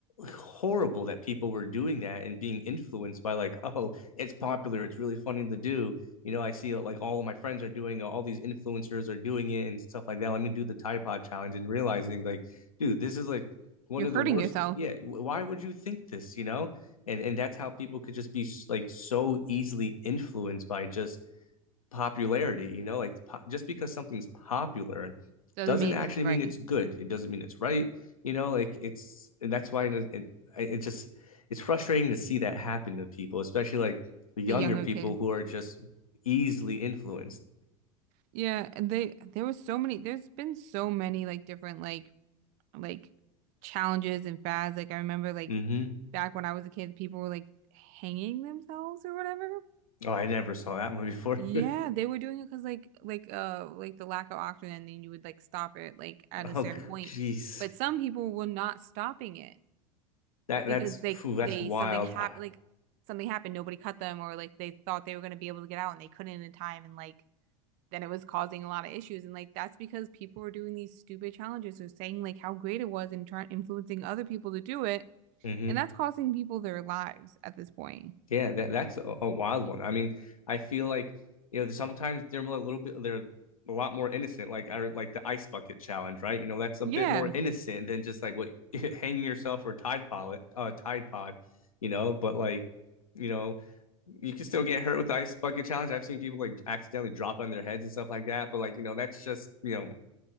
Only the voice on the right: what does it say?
You're
hurting
yourself.
Doesn't
mean
it's right.
The younger
kids.
Yeah, and they there was so many there's been so many like different like like challenges and fads. Like I remember like
back when I was a kid, people were like hanging themselves or whatever.
Yeah, they were doing it because like like uh like the lack of oxygen, and then you would like stop it like at
a certain
point.
But some people were not stopping it
because
they
they
something happened
like something happened, nobody cut them, or like they thought they were gonna be able to get out and they couldn't in time, and like then it was causing a lot of issues. And like that's because people were doing these stupid challenges or saying like how great it was and trying influencing other people to do it
and that's costing people their lives at this point.
Yeah.